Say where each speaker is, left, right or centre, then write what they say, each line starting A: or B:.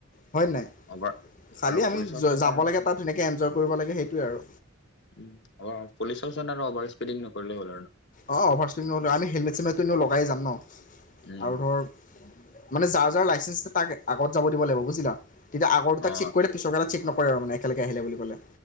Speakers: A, on the left; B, on the left.
A: হয় নাই?
B: অভাৰ
A: খালি
B: আৰু
A: আমি
B: পুলিচৰ ওচৰত
A: যাব
B: আৰু
A: লাগে তাত তেনেকে এনজ কৰিব লাগে সেইটোৱে আৰু
B: উ পুলিচৰ ওচৰত আৰু অভাৰ স্পিডিং নকৰিলে হল আৰু
A: অ অভাৰ স্পীদ নক আ হেলমেট চমেটো লগাই যাম ন
B: উম
A: আৰু ধৰক মানে যাৰ যাৰ লাইচেন্ঞ্চ তাক আগত যাব দিব লাগিব বুজিলা। তেতিয়া আগৰটোক
B: অ
A: চেক কৰিলে পিছৰ চেক নক <unintelligible> মানে একেলগে আহিলে বুলি ক'লে।